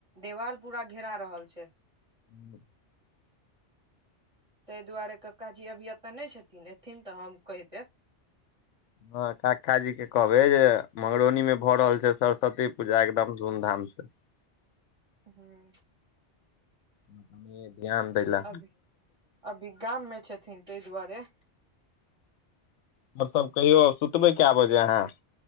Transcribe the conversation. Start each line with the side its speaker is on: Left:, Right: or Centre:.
Right: देवाल पूरा घेरा रहल छै
Left: ह <unintelligible>
Right: ताहि दुआरे कक्का जी अभी एत नहि छथिन एथिन तऽ हम कहि देेब
Left: हँ कक्काजी के कहबे जे मंगरौनी मे भऽ रहल छै सरस्वती पूजा एकदम धूम धाम से
Right: हँ
Left: त ध्यान दै लए
Right: अभी अभी गाम मे छथिन ताहि दुआरे
Left: आओर सब कहियो सुतबै क‌ए बजे अहाँ